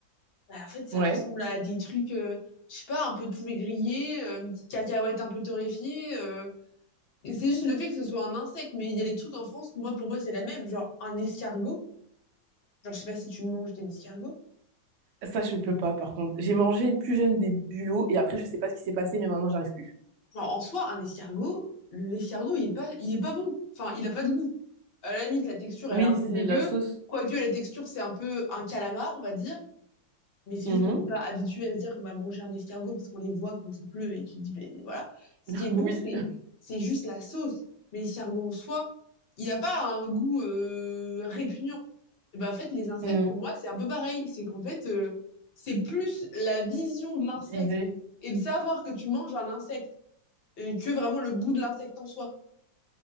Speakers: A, on the left (about 50°); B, on the right (about 85°).
A: bah, en fait, ça
B: Ouais.
A: ressemble à des trucs, euh, je sais pas, un peu poulet grillé, euh, une petite cacahuète un peu torréfiée, euh, et c'est juste le fait que ce soit un insecte, mais il y a des trucs en France, moi, pour moi, c'est la même. Genre, un escargot. Genre, je sais pas si tu manges des escargots.
B: Ça, je peux pas, par contre. J'ai mangé plus jeune des bulots et après, je sais pas ce qui s'est passé, mais maintenant, j'arrive plus.
A: Genre, en soi, un escargot, l'escargot, il est pas, il est pas bon. Enfin, il a pas de goût. À la limite, la texture,
B: Oui,
A: elle est un peu
B: c'est
A: dégueu.
B: la sauce.
A: Quoique, la texture, c'est un peu un calamar, on va dire. Mais c'est
B: Mhm.
A: juste qu'on n'est pas habitué à se dire qu'on va manger un escargot parce qu'on les voit quand il pleut et tu te dis, ben voilà. Ce
B: <laughs>
A: qui est
B: Oui.
A: bon, c'est, c'est juste la sauce. Mais l'escargot en soi, il n'a pas un goût euh, répugnant. Et ben, en fait, les insectes,
B: Mm,
A: pour moi, c'est un peu pareil. C'est qu'en fait, euh, c'est plus la vision de l'insecte
B: l'idée.
A: et de savoir que tu manges un insecte et que vraiment le goût de l'insecte en soi.